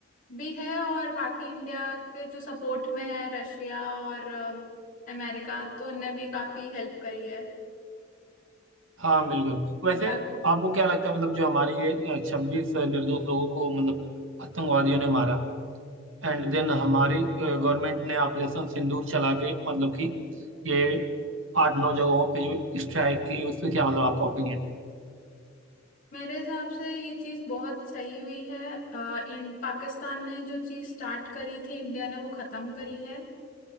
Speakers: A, on the left; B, on the right.
A: भी है और बाकी इंडिया के जो सपोर्ट में है रशिया और अ, अमेरिका तो उनने भी काफी हेल्प करी है
B: हाँ बिल्कुल वैसे
A: बाकी
B: आपको क्या लगता है मतलब जो हमारे ये छब्बीस निर्दोष लोगों को मतलब आतंकवादियों ने मारा एंड देन हमारी गवर्नमेंट ने ऑपरेशन सिंदूर चला के मतलब कि ये आठ नौ जगहों पे जो स्ट्राइक की उस पे क्या मतलब आपका ओपिनियन है
A: मेरे हिसाब से ये चीज बहुत सही हुई है अ, इन पाकिस्तान ने जो चीज स्टार्ट करी थी इंडिया ने वो खत्म करी है